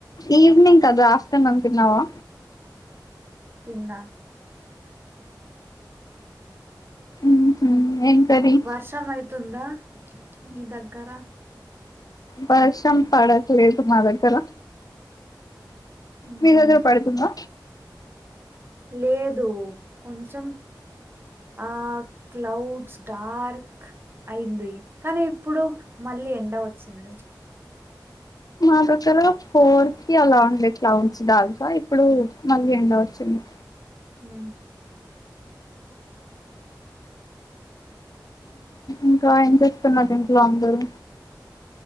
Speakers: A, on the left; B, on the right.
A: ఈవ్నింగ్ కద ఆఫ్టర్నూన్ అనుకున్నావా
B: తిన్నా
A: ఉహు ఏం కర్రీ
B: వర్షం అయితుందా మీ దగ్గర?
A: వర్షం పడట్లేదు మా దగ్గర
B: ఉహు
A: మీ దగ్గర పడుతుందా
B: లేదు కొంచెం ఆ క్లౌడ్స్ డార్క్ అయింది కానీ ఇప్పుడు మళ్ళీ ఎండ వచ్చింది
A: మా దగ్గర ఫోర్ కి అలాన్ క్లౌడ్స్ దాల్కా ఇప్పుడు మళ్ళీ ఎండ వచ్చింది
B: ఊ
A: ఇంకా ఏం చేస్తున్నారు ఇంట్లో అందరూ